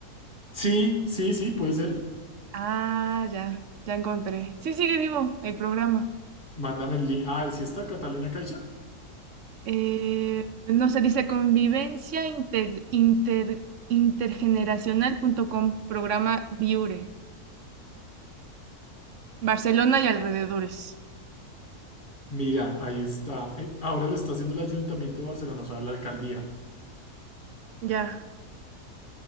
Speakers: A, on the left (about 30°); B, on the right (about 60°).
A: Sí, sí, sí, puede ser.
B: Ah, ya, ya encontré. Sí, sigue vivo el programa.
A: Mándame el link. Ah, ¿sí está Cataluña Caixa?
B: Eh, no se dice convivencia inter, inter- intergeneracional.com, programa Viure, Barcelona y alrededores.
A: Mira, ahí está. Eh, ahora lo está haciendo el Ayuntamiento de Barcelona, o sea, la alcaldía.
B: Ya.